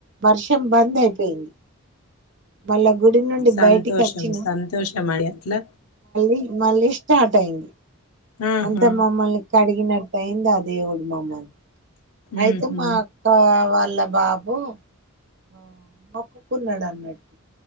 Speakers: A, on the right; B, on the left.
A: వర్షం బంద్ అయిపోయింది. మళ్ళా గుడి నుండి
B: సంతోషం
A: బయటికి వచ్చినా,
B: సంతోషం అండి అట్లా
A: ఇ మళ్ళీ స్టార్ట్ అయింది
B: ఆహా
A: అంత మమ్మల్ని కడిగినటైంది ఆదేవుడు మమ్మల్న్ అయితే
B: ఉహు
A: మా అక్క వాళ్ ల బాబు ఆ మొక్కుకున్నాడు అన్నట్టు